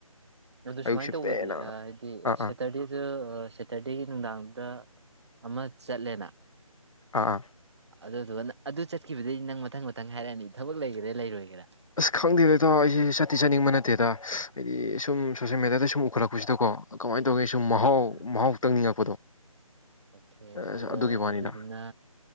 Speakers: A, on the right (about 50°); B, on the left (about 65°).
A: ꯑꯗꯨ
B: ꯑꯌꯨꯛꯁꯦ
A: ꯁꯨꯃꯥꯏꯅ ꯇꯧꯕꯗꯤ
B: ꯄꯦꯟꯅ
A: ꯍꯥꯏꯗꯤ
B: ꯑꯥ
A: ꯁꯦꯇꯔꯗꯦꯗ
B: ꯑꯥ
A: ꯁꯦꯇꯔꯗꯦꯒꯤ ꯅꯨꯡꯗꯥꯡꯗ ꯑꯃ ꯆꯠꯂꯦꯅ
B: ꯑꯥ ꯑꯥ
A: ꯑꯗꯨꯗꯨꯒꯅ ꯑꯗꯨ ꯆꯠꯈꯤꯕꯗꯒꯤ ꯅꯪ ꯃꯊꯪ ꯃꯊꯪ ꯍꯥꯏꯔꯛꯑꯅꯤ ꯊꯕꯛ ꯂꯩꯒꯦꯔꯥ ꯂꯩꯔꯣꯏꯒꯦꯔꯥ
B: ꯈꯪꯗꯦꯕꯗꯣ ꯑꯩꯁꯦ ꯆꯥꯠꯇꯤ ꯆꯥꯅꯤꯡꯕ ꯅꯠꯇꯦ ꯑꯗꯨꯗ ꯍꯥꯏꯗꯤ ꯁꯨꯝ ꯁꯣꯁꯦꯜ ꯃꯦꯗꯤꯌꯥꯗ ꯁꯨꯝ ꯎꯈꯠꯂꯛꯄꯁꯤꯗꯀꯣ ꯀꯃꯥꯏꯅ ꯇꯧꯒꯦ ꯁꯨꯝ
A: ꯑꯥ
B: ꯃꯍꯥꯎ
A: ꯑꯥ
B: ꯃꯍꯥꯎ ꯇꯪꯅꯤꯡꯉꯛꯄꯗꯣ
A: ꯑꯣꯀꯦ
B: ꯑꯁ
A: ꯑꯗꯣ
B: ꯑꯗꯨꯒꯤ ꯋꯥꯅꯤꯗ
A: ꯑꯗꯨꯗꯨꯅ